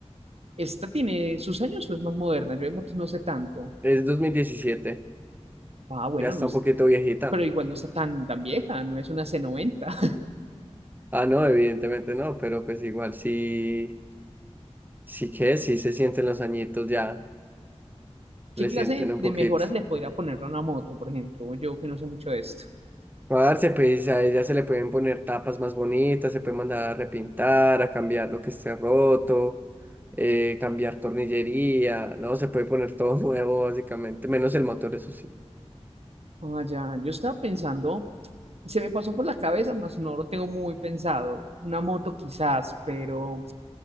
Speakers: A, on the right (about 65°); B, on the right (about 15°).
A: ¿Esta tiene sus años o es más moderna? Yo de motos no sé tanto.
B: Es dos mil diecisiete
A: Ah, bueno,
B: ya está
A: no es,
B: un poquito viejita.
A: pero igual no está tan, tan vieja, no es una c noventa. <laughs>
B: Ah, no, evidentemente no, pero pues igual sí, sí que sí se sienten los añitos ya,
A: ¿Qué
B: le
A: clase
B: sienten
A: de
B: un poquito.
A: mejoras le podría poner a una moto, por ejemplo? Yo que no sé mucho de esto.
B: Parce, pues a ella se le pueden poner tapas más bonitas, se puede mandar a repintar, a cambiar lo que esté roto, eh, cambiar tornillería, no, se puede poner todo <laughs> nuevo básicamente, menos el motor, eso sí.
A: Ah, ya, yo estaba pensando, se me pasó por la cabeza, mas no lo tengo muy pensado. Una moto quizás, pero